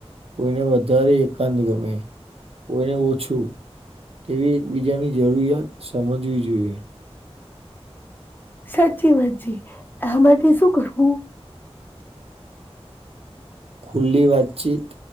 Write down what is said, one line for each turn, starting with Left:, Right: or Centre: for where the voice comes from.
Right: કોઈને વધારે એકાંત ગમે કોઈને ઓછું. તેવી એકબીજાની જરૂરિયાત સમજવી જોઈએ.
Left: સાચી વાત છે. આ માટે શું કરવું?
Right: ખુલ્લી વાતચીત,